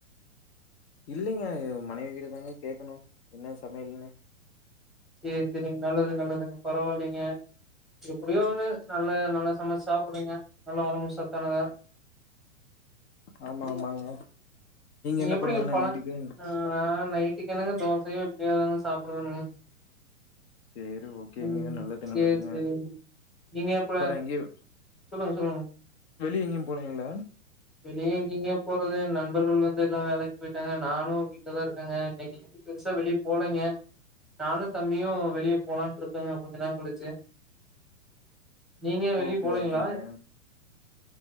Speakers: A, on the left; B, in the centre.
A: இல்லங்க மனைவி கிட்ட தாங்க கேக்கணும் என்ன சமையல்னு
B: செரி செரிங்க நல்லது நல்லதுங்க பரவால்லைங்க எப்படியோன்னு நல்லா-நல்லா சமைச்ச சாப்பிடுங்க நல்லா ஒடம்பு சத் தனாத
A: ஆமா ஆமாங்க
B: நீங்க
A: என்ன
B: எப்டிங்க
A: பண்லான்னு
B: பழம்
A: நைட்டுக்கு
B: ஆஹ் நைட்டிக்கென்னங்க தோசையோ இட்லியோதாங்க சாப்புடுவானுங்க
A: சேரி ஓகேங்க
B: ம்
A: நல்லது நடக்குங்க
B: சேரி சேரிங்க நீங்க இப்ப
A: பேற எங்கியோ
B: சொல்லுங்க சொல்லுங்க
A: வெளிய எங்கியுபோலிங்குளா
B: வெளிய எங்கிங்கயே போறது நண்பர்கள் வந் ந்து எல்லா வேலைக் போயிடாங்க நானு வீட்லதா இருக்கேங்க இன்னைக்கு எங்கு பெருசா வெளிய போலிங்க நானு தம்பியு வெளிய போலானுட்டு இருக்கோங்க கொஞ்ச நேர களுச்சு நீங்க வெளிய
A: ஓகே
B: போலீங்களா
A: ஓகேங்க